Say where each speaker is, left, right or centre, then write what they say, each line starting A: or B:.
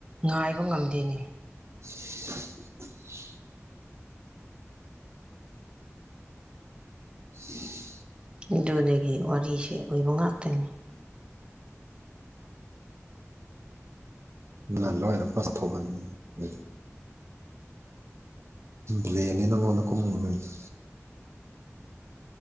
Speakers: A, on the right; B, on the right.
A: ꯉꯥꯏꯕ ꯉꯝꯗꯦꯅꯦ
B: <inaudible> <inaudible>
A: ꯑꯗꯨꯗꯒꯤ ꯋꯥꯔꯤꯁꯦ ꯑꯣꯏꯕ ꯉꯥꯛꯇꯅꯤ
B: ꯑꯗꯨꯅ ꯅꯣꯏꯅ ꯐ꯭ꯔꯥꯖ ꯊꯣꯛꯍꯟꯕ ꯑꯗꯨꯗꯤ ꯕ꯭ꯂꯦꯝꯅꯦ ꯅꯪꯉꯣꯟꯗ ꯀꯨꯝ <unintelligible>